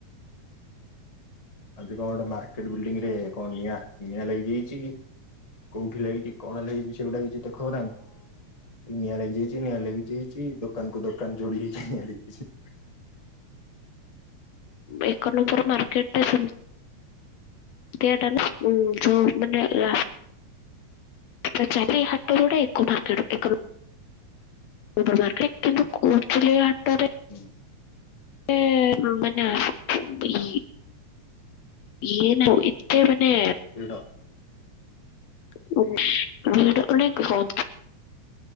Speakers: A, on the left; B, on the left.
A: ଆଜି କଣ ଗୋଟେ ମାର୍କେଟ ବିଲ୍ଡିଙ୍ଗରେ କଣ ନିଆ ନିଆଁ ଲାଗିଯାଇଛି। କୋଉଠି ଲାଗିଛି କଣ ଲାଗିଛି ସେଗୁଟା କିଛି ଦେଖାଉନାହାନ୍ତି। ନିଆଁ ଲାଗିଯାଇଚି ନିଆଁ ଲାଗି ଯାଇଚି। ଦୋକାନକୁ ଦୋକାନ ଯୋଡ଼ି ହେଇଛି। ନିଆ ଲିଭିଚି
B: ଏକର ନଙ୍କର ମାର୍କେଟ ରେ ସେମ୍ ତିଆଟା ନା <unintelligible> ପଛ ହାଟ ଯୋଟା ଏକ ମାର୍କେଟ ରୁ ଏକରୁ। ଉପର ମାର୍କେଟ କିନ୍ତୁ କୋଚଲି ହାଟର
A: ହୁଁ।
B: <unintelligible> ମାନେ ବି ଇଏ ନ <unintelligible> ଏତେ ମାନେ
A: ଭିଡ
B: <inaudible>